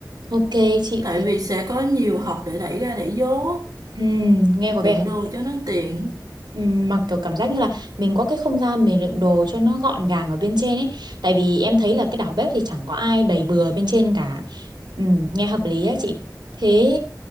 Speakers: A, on the right; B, on the right.
A: ok chị
B: Tại
A: thế
B: vì sẽ có nhiều hộp để đẩy ra đẩy vô,
A: ừ, nghe có vẻ
B: đựng
A: hợp
B: đồ
A: lý.
B: cho nó tiện.
A: Ừm, Mà kiểu cảm giác như là mình có cái không gian mình đựng đồ cho nó gọn gàng ở bên trên ấy. Tại vì em thấy là cái đảo bếp thì chẳng có ai bày bừa bên trên cả. Ừm, nghe hợp lý á chị. Thế